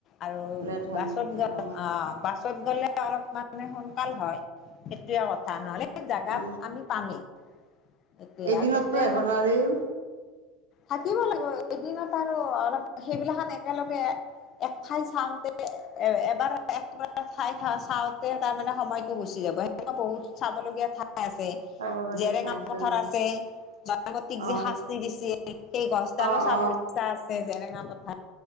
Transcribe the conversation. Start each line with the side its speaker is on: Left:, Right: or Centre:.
Left: আৰু
Right: লেট হয়
Left: বাছত
Right: নেকি
Left: <unintelligible>
Right: অ
Left: অহ বাছত গ'লে অলপ মানে সোনকাল হয় সেইটোয়ে কথা নহলে জেগাত
Right: অ
Left: আমি পামেই। সেইটোৱে
Right: এদিনততো
Left: আৰু ট্ৰেইনৰ
Right: আহিব নোৱাৰিল
Left: থাকিব লাগিব এদিনত আৰু অলপ সেইবিলাখন একেলগে‌ এক ঠাই চাওঁতে এবাৰে এক ঠাই চাওঁতে তাৰ মানে সময়টো গুচি যাব সেনেকা বহুতো চাব লগীয়া ঠাই আছে।
Right: চাবলগীয়া
Left: জেৰেঙা
Right: ঠাই
Left: পথাৰ
Right: অ
Left: আছে। জয়মতী যে
Right: অ
Left: শাস্তি দিছিল সেই গছডালো
Right: অ
Left: চাবৰ
Right: অ
Left: ইচ্ছা আছে জেৰেঙা পথাৰ,